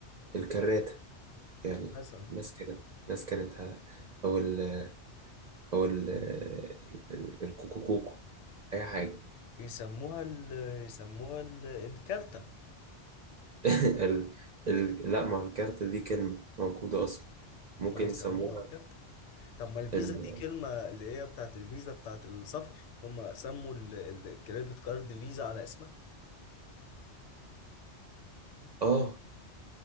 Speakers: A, on the right; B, on the left.
A: الكراتة يعني
B: مثلا
A: ناس كانت ناس كانت ه- أو ال أو ال ال- الكوكو كوكو أي حاجة
B: يسموها ال يسموها ال الكارتة
A: <laughs> ال... ال... لا مع الكارتة دي كلمة موجودة أصلا ممكن
B: ما يسموها
A: يسموها
B: الكارتة طب ما الفيزا
A: ال...
B: دي كلمة اللي هي بتاعت الفيزا بتاعت السفر هم سموا الكريدت كارد فيزا على اسمها
A: آه